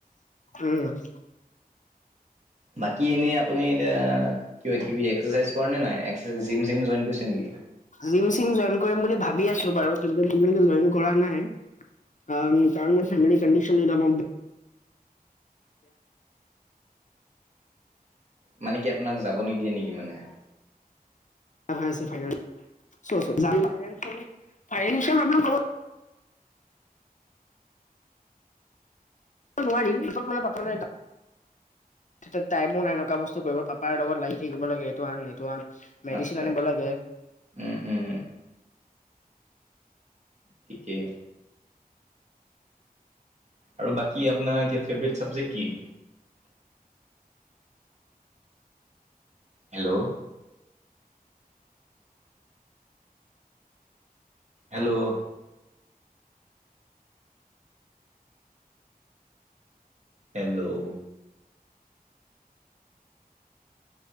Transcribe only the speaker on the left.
হুম
জিম চিম জইন কৰিম বুলি ভাবি আছো বাৰু কিন্তু জিম জইন কৰা নাই। আঁ কাৰণ মোৰ ফেলি কণ্ডিশন <unintelligible>
হৈ আছে ফ ফাইনেল চ চ <unintelligible> নোৱাৰিম পিছত মানে পাপালে যায়। তে টাইমো নাই একুৱা বস্তু কৰিব পাপাৰ লগত লাগি থাকিব লাগে। ইটো আন এইটো আন মেডিচিন
আনিব
লাগে